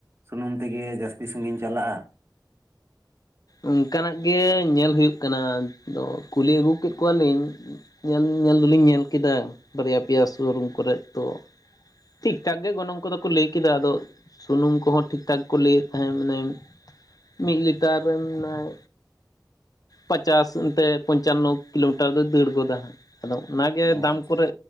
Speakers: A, on the right (about 35°); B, on the left (about 55°).
A: ᱥᱩᱱᱩᱢ ᱛᱮ ᱜᱮ ᱡᱟᱹᱥᱛᱤ ᱥᱟᱺᱜᱤᱧ ᱪᱟᱞᱟᱜᱼᱟ᱾
B: ᱚᱱᱠᱟᱱᱟᱜ ᱜᱮ ᱧᱮᱞ ᱦᱩᱭᱩᱜ ᱠᱟᱱᱟ ᱛᱚ ᱠᱩᱞᱤ ᱟᱹᱜᱩ ᱠᱮᱫ ᱠᱚᱣᱟᱞᱤᱧ᱾ ᱧᱮᱞ ᱧᱮᱞ ᱫᱚᱞᱤᱧ ᱧᱮᱞ ᱠᱮᱫᱟ ᱵᱟᱨᱭᱟ ᱯᱮᱭᱟ ᱥᱳᱨᱩᱢ ᱠᱚᱨᱮ ᱛᱚ ᱴᱷᱤᱠ ᱴᱷᱟᱠ ᱜᱮ ᱜᱚᱱᱚᱝ ᱠᱚᱫᱚ ᱠᱚ ᱞᱟᱹᱭ ᱠᱮᱫᱟ, ᱟᱫᱚ ᱥᱩᱱᱩᱢ ᱠᱚᱦᱚᱸ ᱴᱷᱤᱠᱴᱷᱟᱠ ᱠᱚ ᱞᱟᱹᱭᱮᱫ ᱛᱟᱦᱮᱸᱫ ᱢᱟᱱᱮ ᱢᱤᱫ ᱞᱤᱴᱟᱨ ᱯᱨᱮᱢᱱᱟᱭ ᱯᱟᱪᱟᱥ ᱚᱱᱛᱮ ᱯᱚᱧᱪᱟᱱᱱᱚ ᱠᱤᱞᱳᱢᱤᱴᱟᱨ ᱫᱚᱭ ᱫᱟᱹᱲ ᱜᱚᱫᱟ ᱦᱟᱸᱜ᱾ ᱟᱫᱚ ᱚᱱᱟᱜᱮ
A: ᱚ
B: ᱫᱟᱢ
A: ᱟᱪᱪᱷᱟ
B: ᱠᱚᱨᱮ